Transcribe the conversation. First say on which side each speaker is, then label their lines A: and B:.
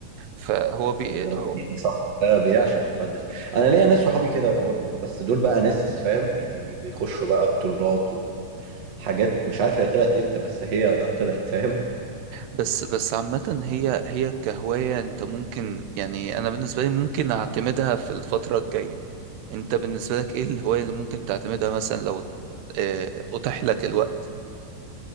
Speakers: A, on the right; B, on the right.
A: فهو بي
B: للدرجه
A: هو
B: دي ده صاحبك ده بيعشق البادل انا ليا ناس صحابي كده برضو بس دول بقى ناس فاهم يعني بيخشوا بقى بطولات وحاجات مش عارف هي طلعت امتى بس هي طلعت فاهم
A: بس بس عامة هي هي كهواية انت ممكن يعني انا بالنسبة لي ممكن اعتمدها في الفترة الجاية انت بالنسبة لك ايه الهواية اللي ممكن تعتمدها مثلا لو آه، اتاح لك الوقت